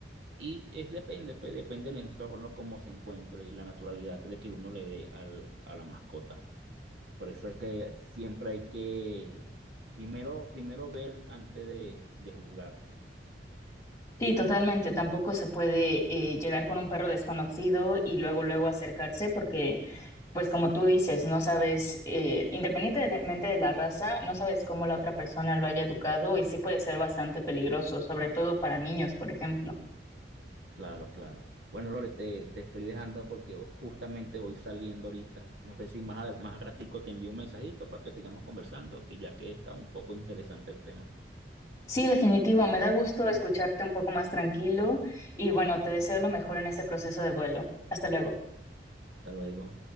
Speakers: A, on the right; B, on the left.
A: Y es depende, pues, depende del entorno, cómo se encuentre y la naturalidad de que uno le dé al- a la mascota. Por eso es que siempre hay que primero, primero ver antes de, de juzgar.
B: Sí, totalmente. Tampoco se puede eh, llegar con un perro desconocido y luego, luego acercarse porque, pues como tú dices, no sabes, eh, independientemente de la raza, no sabes cómo la otra persona lo haya educado y sí puede ser bastante peligroso, sobre todo para niños, por ejemplo.
A: Claro, claro. Bueno, Lore, te, te estoy dejando porque justamente voy saliendo ahorita. No sé si más, al- más al ratico te envío un mensajito para que sigamos conversando, que ya que está un poco interesante el tema.
B: Sí, definitivo. Me da gusto escucharte un poco más tranquilo y bueno, te deseo lo mejor en este proceso de duelo. Hasta luego.
A: Hasta luego.